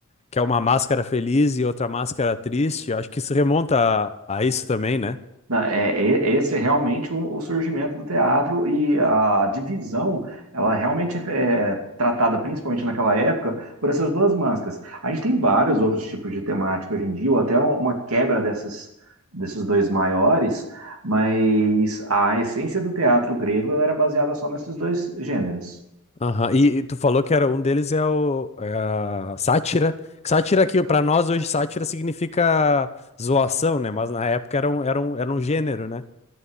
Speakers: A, on the left (about 30°); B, on the right (about 80°).
A: que é uma máscara feliz e outra máscara triste. Eu acho que isso remonta a, a isso também, né?
B: Na- É, e- esse é realmente o, o surgimento do teatro e a divisão, ela realmente é, é tratada, principalmente naquela época, por essas duas máscaras. A gente tem vários outros tipos de temática hoje em dia, ou até uma quebra dessas, desses dois maiores, mas a essência do teatro grego ela era baseada só nesses dois gêneros.
A: Aham. E, e tu falou que era um deles é o é a sátira. Sátira que para nós hoje sátira significa zoação, né? Mas na época era um, era um, era um gênero, né?